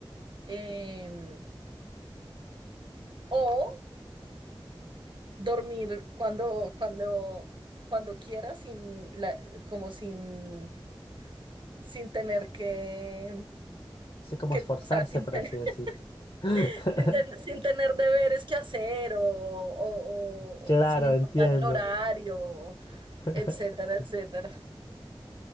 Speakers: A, on the right (about 60°); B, on the left (about 55°).
A: em, o dormir cuando, cuando, cuando quieras, sin la, como sin, sin tener que,
B: Así como
A: que,
B: esforzarse,
A: o sea, sin
B: por
A: tener,
B: así decir. <laughs>
A: <laughs> sin ten- sin tener deberes que hacer o, o-
B: Claro,
A: o sin importar
B: entiendo.
A: el horario.
B: <laughs>
A: etcétera, etcétera.